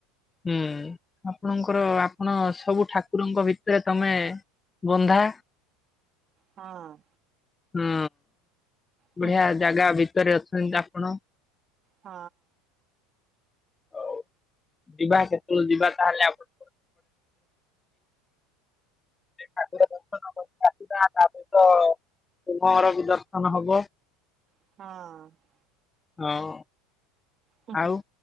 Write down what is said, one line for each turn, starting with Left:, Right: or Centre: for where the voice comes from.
Left: ହୁଁ ଆପଣଙ୍କର ଆପଣ ସବୁ ଠାକୁରଙ୍କ ଭିତରେ ତମେ ବନ୍ଧା
Right: ହଁ
Left: ହୁଁ
Right: ହୁଁ
Left: ବଢିଆ
Right: ହୁଁ
Left: ଜାଗା ଭିତରେ ଅଛନ୍ତି ଆପଣ।
Right: ହଁ।
Left: ହଉ ଯିବା କେତେଏଳେ ଯିବା ତାହେଲେ ଆପ ଏ ଠାକୁର ଦର୍ଶନ କରି ଆସିବା ତାପରେ ତ ତୁମ ଘରବି ଦର୍ଶନ ହବ।
Right: ହଁ।
Left: ହଁ
Right: ହୁଁ ହୁଁ
Left: ଆଉ